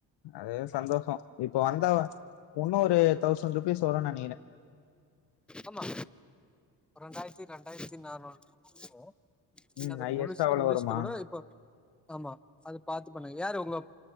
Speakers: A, on the left; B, in the centre.
A: அதே சந்தோஷோ இப்ப வந்து இன்னோரு தௌசண்ட் ருபீஸ் வரோனு நெனைக்கிற
B: ஆமா ரெண்டாயத்தி ரெண்டாயிர்த்தி நானூறு பக்கோ வரோ நீங்க
A: ம்
B: அத
A: ஹையஸ்டா
B: முழுசு
A: அவ்வளோ
B: முடிச்ட்டு
A: வருமா
B: கூட இப்ப ஆமா அத பாத்து பண்ணுங்க யாரு உங்க அப்